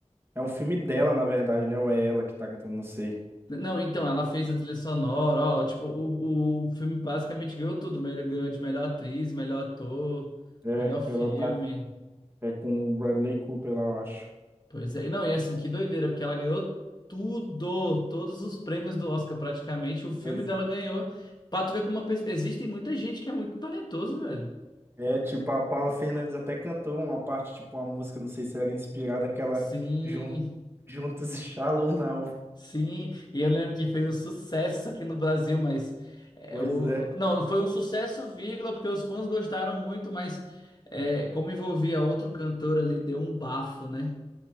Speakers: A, on the right; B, on the left.
A: É um filme dela, na verdade, né? Ou é ela que tá cantando, não sei.
B: Não, então, ela fez a trilha sonora, ó, tipo, o, o filme basicamente ganhou tudo, mel- ganhou de melhor atriz, melhor ator,
A: É,
B: melhor filme.
A: ela tá. É com o Bradley Cooper lá, eu acho.
B: Pois é, e não, e assim, que doideira, porque ela ganhou tudo, todos os prêmios do Oscar praticamente, o filme
A: Pois
B: dela ganhou. Pra tu ver como uma pessoa... Existe muita gente que é muito talentoso, velho.
A: É, tipo, a Paula Fernandes até cantou uma parte, tipo, uma música, não sei se era inspirada, aquela
B: Sim.
A: Jun- Juntos e Shallow Now.
B: Sim, e eu lembro que foi um sucesso aqui no Brasil, mas é,
A: Pois
B: o...
A: é.
B: não, foi um sucesso, vírgula, porque os fãs gostaram muito, mas é, como envolvia outro cantor ali, deu um bafo, né?